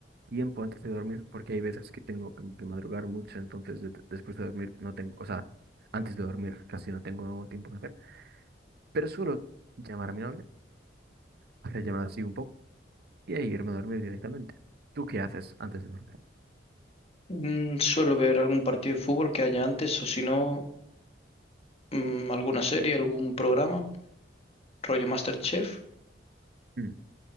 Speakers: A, on the right (about 60°); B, on the left (about 35°).
A: tiempo antes de dormir, porque hay veces que tengo como que madrugar mucho, entonces de- después de dormir no tengo, o sea, antes de dormir casi no tengo tiempo que hacer, pero suelo llamar a mi novia, hacer llamadas así un poco y ahí irme a dormir directamente. ¿Tú qué haces antes de dormir?
B: mm, suelo ver algún partido de fútbol que haya antes o si no, mm, alguna serie, algún programa, rollo MasterChef
A: Mm.